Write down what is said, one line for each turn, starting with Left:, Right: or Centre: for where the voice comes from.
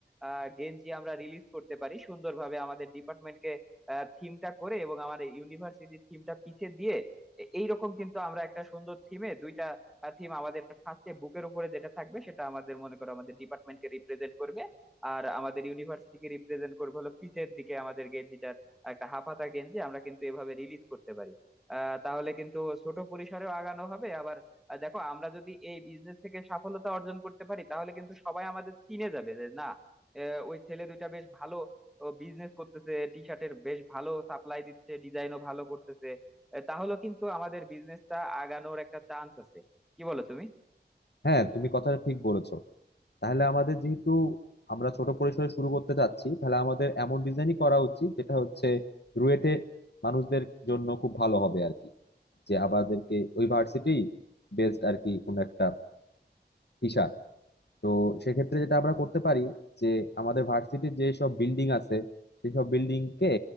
Centre: আহ, গেঞ্জি আমরা রিলিজ করতে পারি সুন্দরভাবে আমাদের ডিপার্টমেন্টকে থিমটা করে এবং আমাদের ইউনিভার্সিটি থিমটা পিছে দিয়ে এ- এইরকম কিন্তু আমরা একটা সুন্দর থিমে দুইটা থিম আমাদের ফার্স্টে বুকের উপরে যেটা থাকবে সেটা আমাদের মনে করো আমাদের ডিপার্টমেন্টকে রিপ্রেজেন্ট করবে আর আমাদের ইউনিভার্সিটিকে রিপ্রেজেন্ট করবে হলো পিছের দিকে আমাদের গেঞ্জিটার একটা হাফ হাতা গেঞ্জি আমরা কিন্তু এভাবে রিলিজ করতে পারি আহ তাহলে কিন্তু ছোট পরিসরেও আগানো হবে আবার আহ, দেখো আমরা যদি এই বিজনেস থেকে সফলতা অর্জন করতে পারি তাহলে কিন্তু সবাই আমাদের চিনে যাবে যে না আহ, ওই ছেলে দুইটা বেশ ভালো বিজনেস করতেছে টি শার্টের বেশ ভালো সাপ্লাই দিচ্ছে ডিজাইনও ভালো করতেছে আহ, তাহলেও কিন্তু আমাদের বিজনেসটা আগানোর একটা চান্স আছে কি বলো তুমি
Left: হ্যাঁ তুমি কথাটা ঠিক বলেছো তাহলে আমাদের যেহেতু আমরা ছোট পরিসরে শুরু করতে চাচ্ছি তাহলে আমাদের এমন ডিজাইনই করা উচিত যেটা হচ্ছে রুয়েটে মানুষদের জন্য খুব ভালো হবে আর কি যে আমাদেরকে ওই ভার্সিটি বেসড আর কি কোন একটা টি তো সেক্ষেত্রে যেটা আমরা করতে পারি যে আমাদের ভার্সিটির যে সব বিল্ডিং আছে সেই সব বিল্ডিং কে